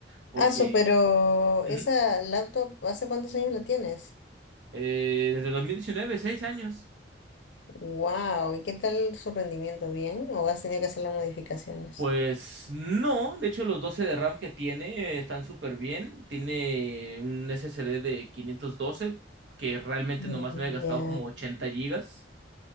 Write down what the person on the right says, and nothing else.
Porque
ujú,
eh, desde dos mil diecinueve seis años.
Pues no, de hecho los 12 de RAM que tiene eh, están súper bien. Tiene un SSD de 512 que realmente
nomás me ha gastado
como 80 gigas.